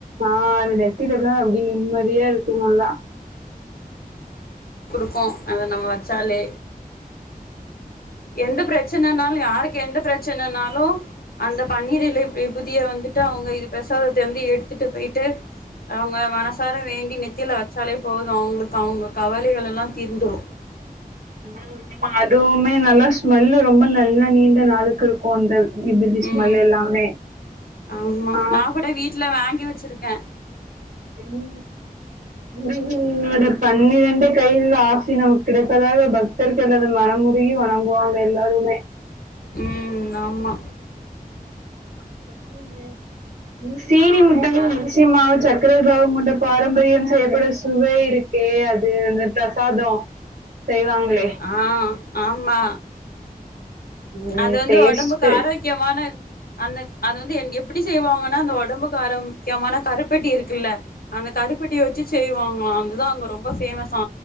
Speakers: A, on the right; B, on the left.
A: ஆ அது நெத்திலதா அப்டி நிம்மதியா இருக்கு நல்லா
B: க்கோ அத நம்ம வச்சாலே எந்த பிரச்சனனாலு யாருக்கு எந்த பிரச் பிரச்சனனாலு அந்த பன்னீர் இலை, விபூதிய வந்துட்டு அவங்க இது பிரசாதத்தே வந்து எடுத்துட்டு போயிட்டு அவங்க மனசார வேண்டி நெத்தில வச்சாலே போது அவங்களுக்கு அவங்க கவலைகள் எல்லா தீர்ந்துரும்
A: ம் ம்மா அதுவுமே நல்லா ஸ்மெல்லு ரொம்ப நல்லா நீண்ட நாளுக்கு இருக்கு அந்த இதுலி ஸ்மெல்
B: ம்
A: எல்லாமே.
B: ஆமா
A: ஆ
B: நா கூட வீட்ல வாங்கி வெச்சிருக்கே
A: ம் முருகனோட பண்ணிரெண்டு கையில ஆக்சி நமக்கு கிடைப்பதாக பக்தர்களது மனம் ம் உருகி வணங்குவாங்க எல்லாருமே
B: ம் ஆமா
A: <unintelligible> அ சீனி முட்ட அரிசி மாசு சக்கர பாவம்வுண்ட பாரம்பரியம் செய்யப்படு சுவை இருக் ஏ அது அந்த பிரசாதோ செய்வாங்களே
B: ஆ ஆமா
A: ம்
B: அது வந்து
A: டேஸ்ட்டு
B: ஒடம்புக்கு ஆரோக்கியமான அந்த அது வந்து எங் எப்டி செய்வாங்கன்னா அந்த உடம்புக்கு ஆர முக்கியமான கருப்பெட்டி இருக்குல்ல அந்த கரு கருப்பட்டிய வச்சு செய்வாங்களா அதுதா அங்க ரொம்ப பேமஸ்ஸா